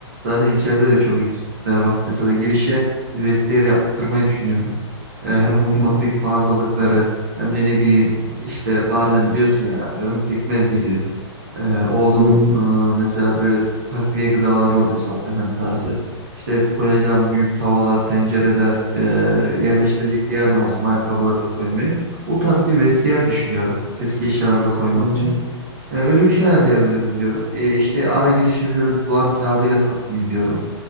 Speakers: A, on the right; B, on the left.
A: Zaten içeride de çok eksikler var. Mesela girişe bir vestiyer yaptırmayı düşünüyorum. Ee, hem mutfaktaki
B: Hı hı.
A: fazlalıkları hem de ne bileyim işte bazen biliyorsun ya atıyorum pekmez geliyor. Ee, oğlumun
B: Hı hı.
A: e, mesela böyle takviye gıdaları oluyor supplement tarzı. İşte koyacağım büyük tavalar, tencereler, e, yerleştirecek bir yer lazım ayakkabıları da koymaya. O tarz bir vestiyer düşünüyorum eski eşyaları da koymak
B: Hı
A: için.
B: hı.
A: E, öyle bir şey ayarlayabilirim diyorum. E, işte ara girişim şöyle bir duvar kağıdıyla kaplayayım diyorum.